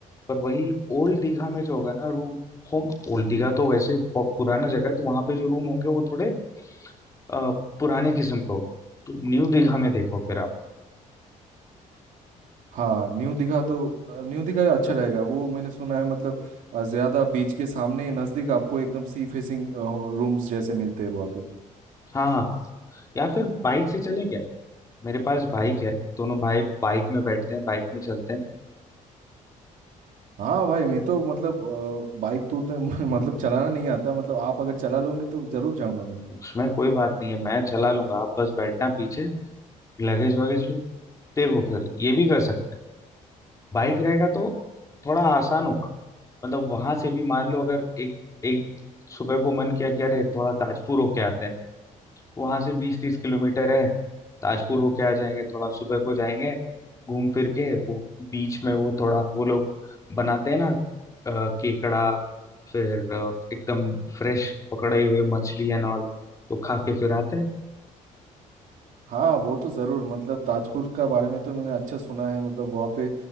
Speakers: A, on the left; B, on the right.
A: पर वही ओल्ड दीघा में जो होगा ना रूम हो ओल्ड दीघा तो वैसे बहुत पुराना जगह है तो वहां पे जो रूम होंगे वो थोड़े अ, पुराने किस्म का होगा तो न्यू दीघा में देखो फिर आप
B: हाँ न्यू दिखा तो अ, न्यू दिखा अच्छा रहेगा वो मैंने सुना है मतलब अ, ज्यादा बीच के सामने नजदीक आपको एकदम सी फेसिंग रूम्स जैसे मिलते हैं वहाँ पे
A: हाँ या फिर बाइक से चले गए मेरे पास बाइक है दोनों भाई बाइक में बैठते हैं बाइक में चलते हैं
B: हाँ भाई मैं तो मतलब बाइक तो उतना- <laughs> मतलब चलाना नहीं आता मतलब आप अगर चला लोगे तो जरूर जाऊंगा मैं
A: उसमें कोई बात नहीं है मैं चला लूंगा आप बस बैठना पीछे लगेज वगैज लो देखो फिर ये भी कर सकते हैं बाइक रहेगा तो थोड़ा आसान होगा मतलब वहां से भी मान लो अगर एक एक सुबह को मन किया कि अरे थोड़ा ताजपुर होके आते हैं वहां से बीस तीस किलोमीटर है ताजपुर होके आ जाएंगे थोड़ा सुबह को जाएंगे घूम फिर के वो बीच में वो थोड़ा वो लोग बनाते हैं ना अ, केकड़ा फिर अ, एकदम फ्रेश पकड़े हुए मछली एंड ऑल तो खा के फिर आते हैं
B: हाँ वो तो ज़रूर मतलब ताजपुर का बारे में तो मैंने अच्छा सुना है मतलब वहाँ पे